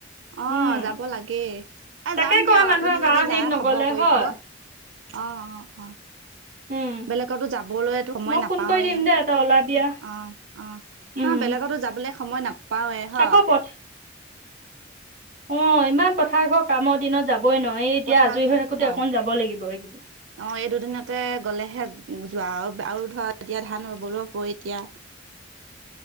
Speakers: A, on the right (about 85°); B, on the right (about 40°).
A: অ'
B: উম
A: যাব লাগে, এ
B: তাকে
A: যাম দিয়ক
B: কয় মানুহে
A: আপুনি যদি
B: গাঁৱৰ হেৰিত
A: যায়
B: নগলে
A: খবৰ কৰিব।
B: হয়
A: অহ' অ' অ' অ'
B: উম
A: বেলেগটো যাবলৈ সময়
B: মই
A: নাপাওৱেই
B: ফোন কৰি দিম দে তই ওলাবি আও
A: অ' অ' তাহ
B: উম
A: বেলেগতো যাবলে সময় নাপা পাওঁৱে হয়।
B: আকৌ পথ অ ইমান পথাৰ ঘৰ কামৰ দিনত যাব, বৈ নোৱায়ি এতিয়া
A: পথাৰ
B: আজৰি হৈ থাকোতে
A: হয়
B: অকণ যাব লাগিব এই
A: অ এই দুদিনতে গলেহে যোৱা আও, আও ধয়া এতিয়া ধান হবলো হ'ব এতিয়া।